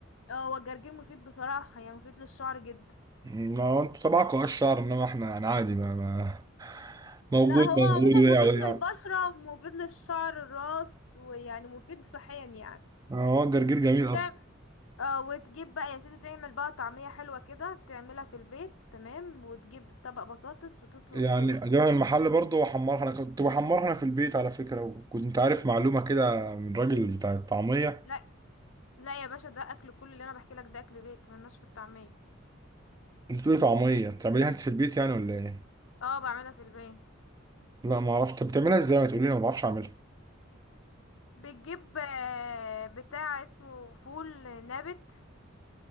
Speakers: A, on the left; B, on the right.
A: اه هو الجرجير مفيد بصراحة يعني مفيد للشعر جدا
B: يعني ما هو انتوا تبعكم اه الشعر انما احنا يعني عادي ما, ما موجود
A: لا هو
B: موجود
A: عموما مفيد
B: وقع
A: للبشرة
B: وقع
A: مفيد للشعر الراس ويعني مفيد صحيا يعني
B: يعني هو الجرجير جميل
A: تعم-
B: اصلا
A: اه وتجيب بقى يا سيدي تعمل بقى طعمية حلوة كده تعملها في البيت تمام وتجيب طبق بطاطس وتسلق
B: يعني
A: بيض
B: جبنة المحل برضه بحمرها انا كنت بحمرها انا في البيت على فكره وكنت عارف معلومه كده من راجل بتاع الطعميه
A: لا لا يا باشا ده اكل كل اللي انا بحكي لك ده اكل بيت ملناش في الطعمية
B: انت بتقولي طعميه بتعمليها انت في البيت يعني ولا ايه؟
A: اه بعملها في البيت
B: لا ما اعرفش طب بتعملها ازاي ما تقولي لي أنا ما بعرفش اعملها
A: بتجيب آه، بتاع اسمه فول نابت